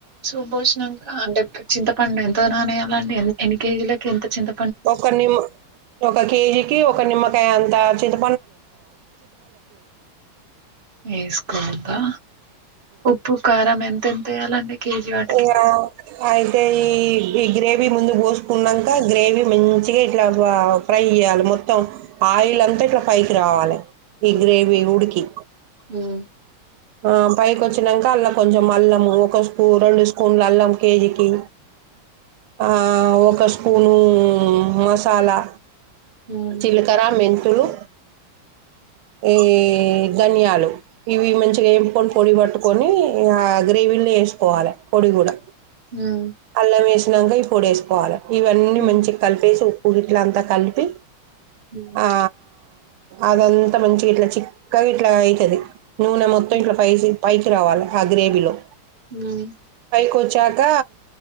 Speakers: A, on the right (about 35°); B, on the right (about 85°).
A: సూప్ బోషీ నాంక అంటే క చింత పండు ఎంత నానెయ్యాలండి ఎన్ని కేజీలకి ఎంత చింత
B: ఒక నిమ్ ఒక కేజీకి ఒక నిమ్మ అంటే అంతా చింత
A: వేస్కోబ్బా ఉప్పు, కారం ఎంతెం వేయాలండి కేజీ వాటికి
B: ఇగ అయితే ఈ ఈ గ్రేవీ ముందు పోసుకున్నంక గ్రేవీ మంచిగా ఇట్లా ఆ ఫ్రై చేయాలి మొత్తం ఆయిల్ అంతా ఇట్లా పైకి రావాలి. ఈ
A: ఉమ్,
B: గ్రేవి ఉడుకి
A: ఉమ్,
B: ఆ పైకొచ్చినంక అల్ల కొంచెం అల్లము ఒక స్పూ రెండు స్పూన్లు అల్లం కేజీకి ఆ ఒక స్పూను మసాలా
A: ఉమ్,
B: జీలకర్ర మెం తులు ఈ ధనియాలు ఇవి మంచిగా ఏంపుకొంట పొడి పట్టుకొని ఆ గ్రేవీని వేసుకోవాలి పొడి కూడా
A: ఉమ్,
B: అల్లమేసి తినంగ ఈ పొడేసుకోవాలి ఇవన్నీ
A: ఉమ్,
B: మంచిగ కలిపేసి ఇట్లా అంతా కలిపి
A: ఉమ్,
B: ఆ అదం మంచిగిట్లా చిక్కగా ఇట్లా అయితది నూనె మొత్తం
A: ఉమ్,
B: ఇట్ల ఫైసి పై రావాల ఆగ్రేవిలో
A: మళ్ళీ
B: కుచ్చాక